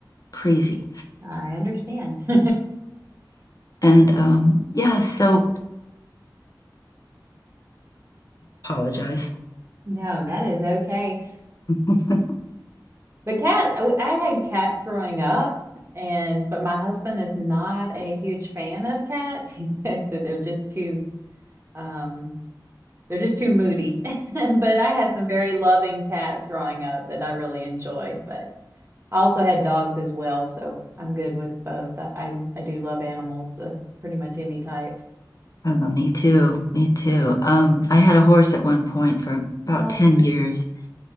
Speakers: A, on the left; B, on the right.
A: crazy.
B: I understand. <laughs>
A: And um yeah, so apologize.
B: No, that is okay.
A: <laughs>
B: But cats, I, I had cats growing up, and but my husband is not a huge fan of cats. <laughs> He says that they're just too um They're just too moody. <laughs> But I had some very loving cats growing up that I really enjoyed. But I also had dogs as well, so I'm good with both. I I, I do love animals of pretty much any type.
A: Oh, me too. Me too. Um, I had a horse at one point for
B: Oh,
A: about 10 years,